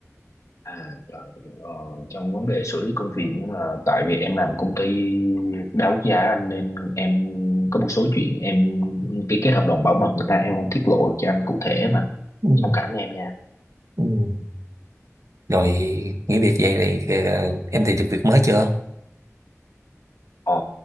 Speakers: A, on the left (about 70°); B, on the right (about 70°).
A: à tại, ờ, trong vấn đề xử lý công việc nhưng mà tại vì em làm công ty đa quốc gia anh nên em có một số chuyện em ký kết hợp đồng bảo mật người ta em không tiết lộ được cho anh cụ thể mà
B: Ừ.
A: thông cảm với em nha.
B: Ừ. rồi nghỉ việc vậy thì ờ, em tìm được việc mới chưa
A: Ờ,